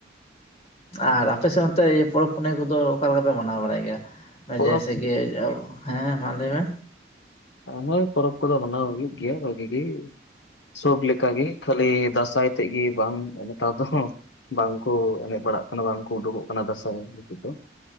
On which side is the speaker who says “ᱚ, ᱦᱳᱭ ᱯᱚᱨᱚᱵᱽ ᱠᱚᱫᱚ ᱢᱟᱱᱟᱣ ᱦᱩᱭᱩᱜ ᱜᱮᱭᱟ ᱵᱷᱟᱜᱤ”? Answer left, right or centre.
Left